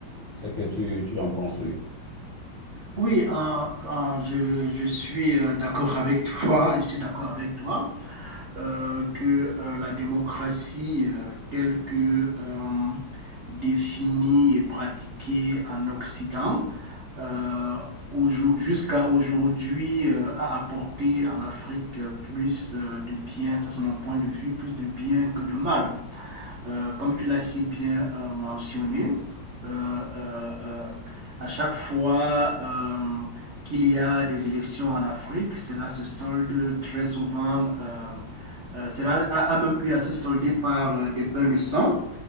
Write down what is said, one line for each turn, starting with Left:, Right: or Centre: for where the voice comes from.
Left: ce que tu, tu en penses, oui.
Right: Oui, euh, euh, je, je suis euh, d'accord avec toi, <laughs> je suis d'accord avec toi euh, que euh, la démocratie euh, telle que euh, définie et pratiquée en Occident euh, aujo- jusqu'à aujourd'hui euh, a apporté en Afrique euh, plus euh, de bien, ça c'est mon point de vue, plus de bien que de mal. Euh, comme tu l'as si bien euh, mentionné, euh, euh, euh, à chaque fois euh, qu'il y a des élections en Afrique, cela se solde très souvent, euh, euh, cela a, a même eu à se solder par euh, des bains de sang